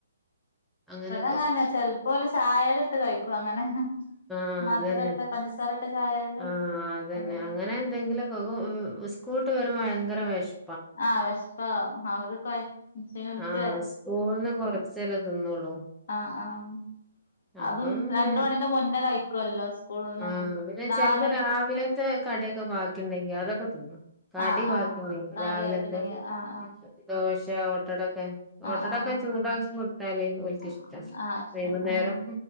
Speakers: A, in the centre; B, on the left (about 60°).
A: അങ്ങനെ
B: ങ്ങന്നെ ചെല് പോല് ചായേല്ട്ട് കഴിക്കും അങ്ങനെ
A: ആഹ്
B: മധുരട്ട്
A: അതെന്നെ
B: പഞ്ചസാരട്ട് ചായേല്
A: ആഹ് അതെന്നെ
B: കഴിക്കും
A: അങ്ങനെ ന്തെങ്കിലൊക്ക <unintelligible> സ്കൂൾട്ട് വരുമ്പോ ഭയങ്കര വെഷ്
B: ആഹ് വെഷ്പ അവര് കൊയ ക്ഷീണിച്ച്
A: ആഹ് സ്കൂൾന്ന് കൊർച്ചല്ലെ തിന്നൊള്ളു
B: ആ ആഹ്
A: അപ്പം
B: അതും
A: പിന്നെ
B: രണ്ട് മണിന്റെ മുന്നേ കഴിക്കുവല്ലോ സ്കൂളിന്ന്
A: ആ പിന്നെ
B: നാലര
A: ചില്പ്പോ രാവിലത്തെ കട്യോക്കെ ബാക്കിണ്ടെങ്കി അതൊക്കെ തിന്നും കടി
B: ആഹ്
A: ബാക്കിണ്ടെങ്കി
B: ആഹ് കാടി
A: രാവിലെത്തെ
B: ആക്കിണ്ടെങ്കി
A: ദോ
B: ആഹ്
A: ദോശ ഓട്ടട ക്കെ ഓട്ടടൊക്കെ
B: ആഹ് ആഹ്
A: ചൂടാക്കി കൊടുത്താലേ ഓൽക്കിഷ്ട
B: ആഹ് ആഹ് ഇഷ്ട
A: വൈകുന്നേരം
B: ആഹ്